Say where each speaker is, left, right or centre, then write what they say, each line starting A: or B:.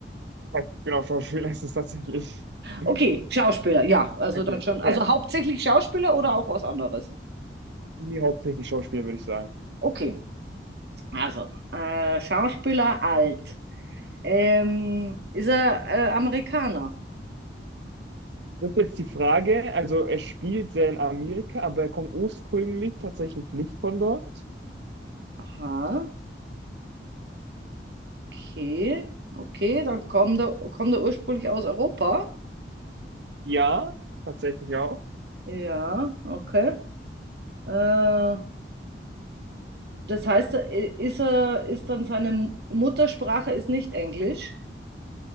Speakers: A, on the right; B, on the right.
A: Ja, Genau, Schauspieler ist es tatsächlich. <laughs>
B: Okay, Schauspieler, ja, also
A: Okay,
B: dann schon. Also
A: ja.
B: hauptsächlich Schauspieler oder auch was anderes?
A: Nee, hauptsächlich Schauspieler, würde ich sagen.
B: Okay, also äh, Schauspieler alt. Ähm, ist er äh, Amerikaner?
A: Das ist jetzt die Frage. Also er spielt sehr in Amerika, aber er kommt ursprünglich tatsächlich nicht von dort.
B: Aha, okay, okay, dann kommt er, kommt er ursprünglich aus Europa.
A: Ja, tatsächlich auch.
B: Ja, okay. Äh, das heißt, er- ist er, ist dann seine Muttersprache ist nicht Englisch?